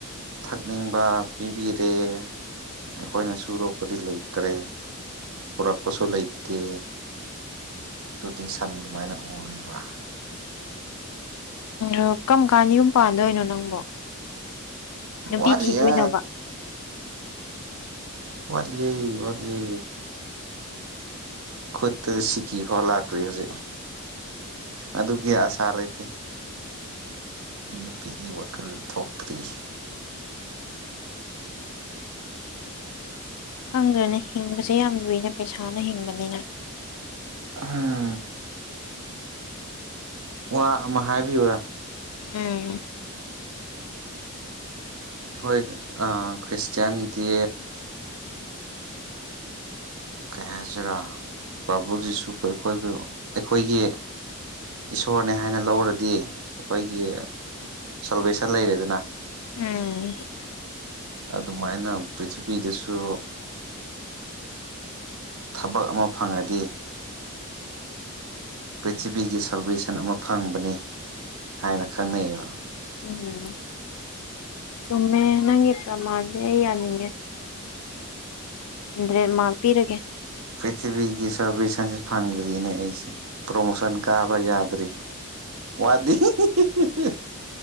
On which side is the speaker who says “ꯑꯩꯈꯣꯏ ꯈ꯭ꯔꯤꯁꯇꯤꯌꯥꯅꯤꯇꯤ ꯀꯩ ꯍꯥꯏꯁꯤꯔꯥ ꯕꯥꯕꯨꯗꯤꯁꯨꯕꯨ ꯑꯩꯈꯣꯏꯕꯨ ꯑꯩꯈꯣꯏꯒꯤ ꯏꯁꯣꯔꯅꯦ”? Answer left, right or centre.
Right